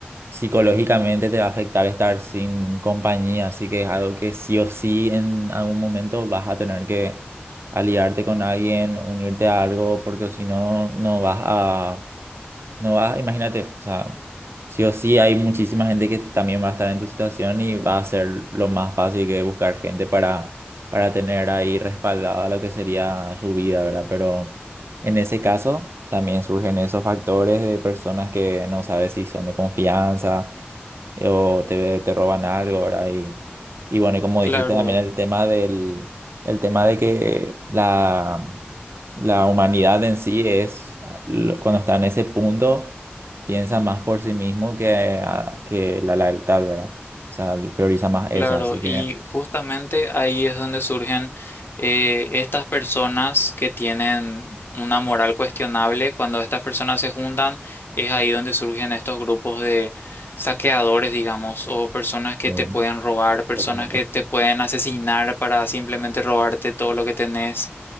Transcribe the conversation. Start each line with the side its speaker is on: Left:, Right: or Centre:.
Right: psicológicamente te va a afectar estar sin compañía, así que es algo que sí o sí en algún momento vas a tener que aliarte con alguien, unirte a algo, porque o si no, no vas a, no vas, imagínate, o sea, sí o sí hay muchísima gente que también va a estar en tu situación y va a ser lo más fácil que buscar gente para, para tener ahí respaldada lo que sería su vida, ¿verdad? Pero... En ese caso, también surgen esos factores de personas que no sabes si son de confianza, eh, o te, te roban algo, ¿verdad? Y, y bueno, y como
Left: Claro,
Right: dijiste también el tema del, el tema de que la, la humanidad en sí es, ah, lo- cuando está en ese punto, piensa más por sí mismo que, ah, que la lealtad, ¿verdad? O sea, prioriza más eso,
Left: claro.
Right: así
Left: Y
Right: que...
Left: justamente ahí es donde surgen eh, estas personas que tienen una moral cuestionable. Cuando estas personas se juntan, es ahí donde surgen estos grupos de saqueadores, digamos, o personas que
Right: eh,
Left: te pueden robar, personas
Right: recomiendo.
Left: que te pueden asesinar para simplemente robarte todo lo que tenés.